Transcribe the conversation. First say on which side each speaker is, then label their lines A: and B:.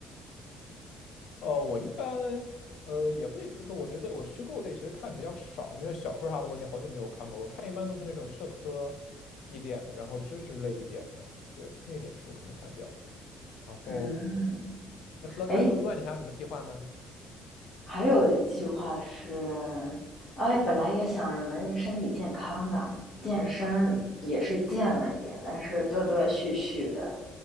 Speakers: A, on the left (about 65°); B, on the left (about 25°).
A: 呃，我一般呃也会，可我觉得我虚构类其实看比较少，那种小说啥的我已经好久没有看过，我看一般都是那种社科一点的，然后知识类一点的，对，那点书可能看得比较多。然后，
B: 嗯，
A: 那除了看书之外，
B: 哎，
A: 你还有什么计划吗？
B: 还有的计划是，哎，本来也想什么身体健康的，健身也是健了一点，但是断断续续的，